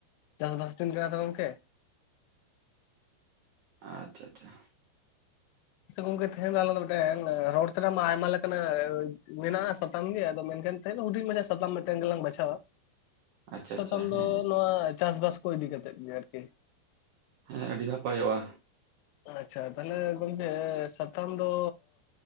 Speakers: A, on the left; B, on the right.
A: ᱪᱟᱥ ᱵᱟᱥ ᱛᱤᱱ ᱛᱤᱱᱜᱮᱭᱟ ᱛᱚ ᱜᱚᱢᱠᱮ
B: ᱟᱪᱪᱷᱟ ᱟᱪᱪᱷᱟ
A: ᱥᱮ ᱜᱚᱝᱠᱮ ᱛᱮᱦᱮᱸᱧ ᱫᱚ ᱟᱞᱮ ᱫᱚ ᱢᱤᱫᱴᱮᱱ ᱨᱚᱲ ᱛᱮᱱᱟᱜ ᱢᱟ ᱟᱭᱢᱟ ᱞᱮᱠᱟᱱᱟᱜ ᱢᱮᱱᱟᱜᱼᱟ ᱥᱟᱛᱟᱢ ᱜᱮ ᱟᱫᱚ ᱢᱮᱱᱠᱷᱟᱱᱼᱼ ᱛᱮᱦᱮᱧ ᱫᱚ ᱦᱩᱰᱤᱧ ᱢᱟᱪᱷᱟ ᱥᱟᱛᱟᱢ ᱢᱮᱫᱴᱟᱝ ᱜᱮᱞᱟᱝ ᱵᱟᱪᱷᱟᱣᱟ᱾
B: ᱟᱪᱪᱷᱟ
A: ᱥᱟᱛᱟᱢ
B: ᱟᱪᱪᱷᱟ
A: ᱫᱚ
B: ᱦᱮᱸ
A: ᱱᱚᱣᱟ ᱪᱟᱥᱼᱵᱟᱥ ᱠᱚ ᱤᱫᱤ ᱠᱟᱛᱮᱫ ᱜᱮ ᱟᱨᱠᱤ᱾
B: ᱦᱮᱸ ᱟᱹᱰᱤ ᱱᱟᱯᱟᱭᱚᱜᱼᱟ᱾
A: ᱟᱪᱪᱷᱟ ᱛᱟᱦᱞᱮ ᱜᱚᱝᱠᱮ ᱥᱟᱛᱟᱢ ᱫᱚ